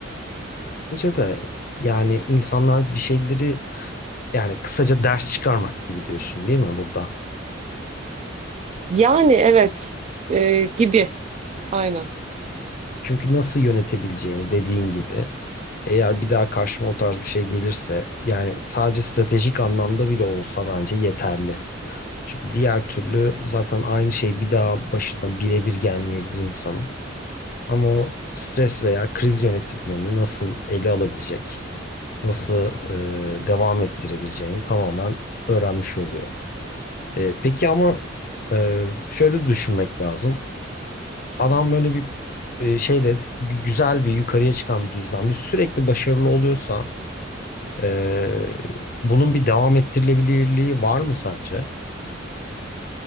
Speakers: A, on the left; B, on the right.
A: Bence de yani insanlar bir şeyleri yani kısaca ders çıkarmak gibi diyorsun değil mi burada?
B: Yani evet ee, gibi aynen.
A: Çünkü nasıl yönetebileceğini dediğin gibi eğer bir daha karşıma o tarz bir şey gelirse yani sadece stratejik anlamda bile olsa bence yeterli. Çünkü diğer türlü zaten aynı şey bir daha başına birebir gelmeyebilir insanın. Ama o stres veya kriz yönetimlerini nasıl ele alabilecek, nasıl e, devam ettirebileceğini tamamen öğrenmiş oluyor. E, peki ama e, şöyle düşünmek lazım. Adam böyle bir e, şeyde gü- güzel bir yukarıya çıkan bir düzlemde sürekli başarılı oluyorsa e, bunun bir devam ettirilebilirliği var mı sence?